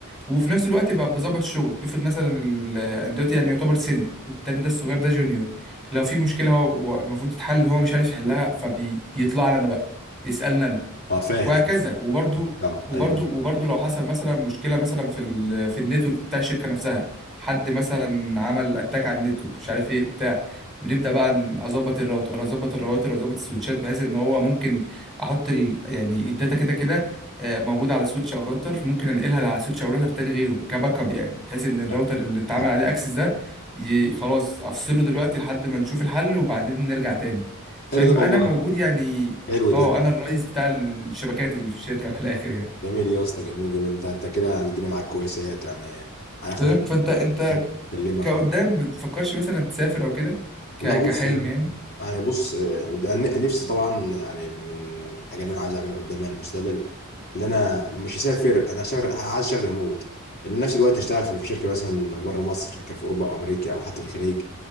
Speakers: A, in the centre; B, on the left.
A: وفي نفس الوقت بقى بظبط الشغل افرض مثلا ال- أنا دلوقتي يعني يعتبر سينيور التاني ده الصغير ده جونيور لو في مشكله هو هو المفروض تتحل هو مش عارف يحلها فبيطلع لي انا بقى يسالني أنا.
B: اه فاهم
A: وهكذا وبرضو
B: اه
A: وبرضو
B: ايوه ايوه
A: وبرضو لو حصل مثلا مشكله مثلا في ال في النتورك بتاع الشركه نفسها حد مثلا عمل اتاك على النتورك مش عارف ايه بتاع بنبدا بقى ن- اظبط الراوتر اظبط الراوتر واظبط السويتشات بحيث ان هو ممكن احط ال يعني الداتا كده كده آه، موجوده على سويتش او راوتر ممكن انقلها على سويتش او راوتر تاني غيره كباك اب يعني بحيث ان الراوتر
B: آه،
A: اللي اتعمل
B: آه.
A: عليه اكسس ده ي- خلاص افصله دلوقتي لحد ما نشوف الحل وبعدين نرجع تاني فبيبقى
B: حلو ده والله
A: انا موجود يعني
B: حلو
A: اه
B: ده
A: انا الرئيس بتاع الشبكات اللي في الشركه في الاخر يعني
B: جميل يا اسطى جميل جميل انت انت كده يعني الدنيا معاك كويسه يعني على اخر
A: فاهم
B: مره
A: فانت انت
B: بكلمك
A: كقدام
B: اه
A: ما تفكرش مثلا تسافر او كده ك...
B: والله
A: كحلم
B: بص
A: يعني
B: انا بص آه، ده أنا نفسي طبعا يعني من الحاجه اللي انا عايز اعملها قدام يعني المستقبل اللي انا مش هسافر انا هشتغل عايز اشتغل ريموت لان نفس الوقت اشتغل في في شركه مثلا بره مصر كفي اوروبا او امريكا او حتى في الخليج